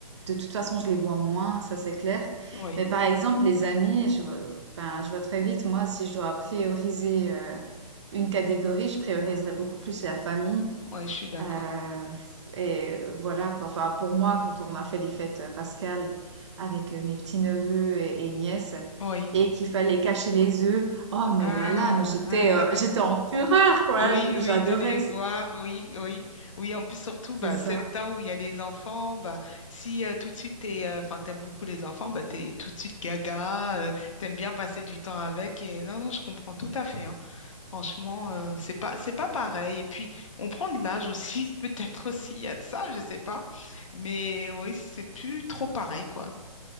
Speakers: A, on the right (about 45°); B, on the left (about 50°).
A: de toute façon, je les vois moins, ça c'est clair.
B: oui,
A: Mais par exemple, les amis, je, vois- enfin, je vois très vite, moi, si je dois prioriser euh, une catégorie, je prioriserais beaucoup plus la famille.
B: oui, je suis d'accord.
A: Heu, et euh, voilà quoi. Enfin, pour moi, quand on a fait les fêtes, Pascal avec, heu, mes petits-neveux et et nièces
B: Oui.
A: et qu'il fallait cacher les œufs, oh mais
B: Ah,
A: là là, mais j'étais,
B: ah,
A: heu,
B: ah.
A: j'étais en fureur quoi,
B: oui,
A: je j'adorais
B: oui, de les voir, oui, oui, oui. En plus, surtout,
A: c'est
B: bah,
A: ça.
B: c'est le temps où il y a les enfants. Bah, si euh, tout de suite t'es, euh, enfin, t'aimes beaucoup les enfants, bah, t'es tout de suite gaga. euh, t'aimes bien passer du temps avec. Et non, non, je comprends tout à fait. hein. Franchement, euh, c'est pas, c'est pas pareil. Et puis, on prend de l'âge aussi, <laughs> peut-être aussi. Il y a de ça, je sais pas. Mais oui, c'est plus trop pareil, quoi.